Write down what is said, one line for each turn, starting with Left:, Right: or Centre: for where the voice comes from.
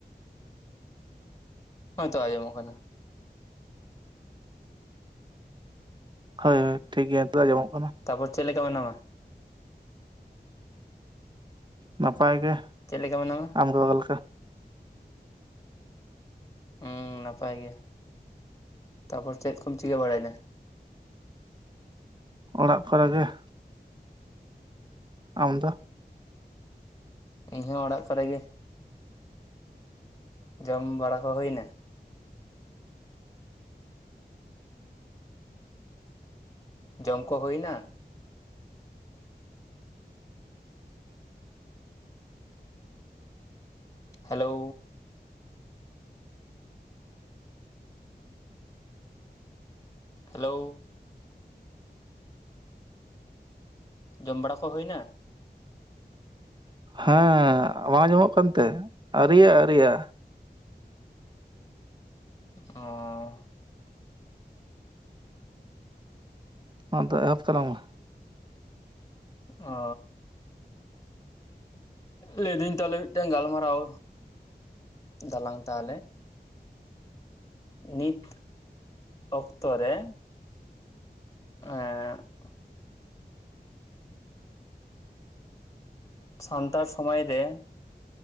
Left: ᱦᱳ ᱝᱛᱚ ᱟᱸᱡᱚᱢᱚᱜ ᱠᱟᱱᱟ
Right: ᱦᱳᱭ ᱦᱳᱭ ᱴᱷᱤᱠ ᱜᱮᱭᱟ ᱱᱮᱛᱚᱜ ᱟᱡᱚᱢᱚᱸᱜ ᱠᱟᱱᱟ
Left: ᱛᱟᱯᱚᱨ ᱪᱮᱫ ᱞᱮᱠᱟ ᱢᱮᱱᱟᱢᱟ
Right: ᱱᱟᱯᱟᱭ ᱜᱮ
Left: ᱪᱮᱫ ᱞᱮᱠᱟ ᱢᱮᱱᱟᱢᱟ?
Right: ᱟᱢ ᱜᱚᱜᱚ ᱞᱮᱠᱟ᱾
Left: ᱦᱮᱸ ᱱᱟᱯᱟᱭ ᱜᱮ ᱛᱟᱯᱚᱨ ᱪᱮᱫ ᱠᱚᱢ ᱪᱤᱠᱟᱹ ᱵᱟᱲᱟᱭ ᱫᱟ?
Right: ᱚᱲᱟᱜ ᱠᱚᱨᱮᱜᱮ ᱾ ᱟᱢ ᱫᱚ
Left: ᱤᱧᱦᱚᱸ ᱚᱲᱟᱜ ᱠᱚᱨᱮ ᱜᱮ ᱡᱚᱢ ᱵᱟᱲᱟ ᱠᱚ ᱦᱩᱭᱱᱟ? ᱡᱚᱢ ᱠᱚ ᱦᱩᱭᱱᱟ? ᱦᱮᱞᱳ ᱦᱮᱞᱳ ᱡᱚᱢ ᱵᱟᱲᱟ ᱠᱚ ᱦᱩᱭᱱᱟ
Right: ᱦᱮᱸ <unintelligible> ᱟᱸᱡᱚᱢᱚᱜ ᱠᱟᱱᱛᱮ ᱟᱨᱤᱭᱟ ᱟᱨᱤᱭᱟ
Left: <unintelligible>
Right: ᱢᱟ ᱟᱫᱚ ᱮᱦᱚᱵ ᱛᱟᱞᱟᱜ ᱢᱮ
Left: ᱚ ᱞᱟᱹᱭᱫᱟᱹᱧ ᱛᱟᱦᱚᱞᱮ ᱢᱤᱫᱴᱟᱝ ᱜᱟᱞᱢᱟᱨᱟᱣ ᱫᱟᱞᱟᱝ ᱛᱟᱦᱟᱞᱮ ᱱᱤᱛ ᱚᱠᱛᱚ ᱨᱮ ᱟ <inaudible> ᱥᱟᱱᱛᱟᱲ ᱥᱚᱢᱟᱡᱽ ᱨᱮ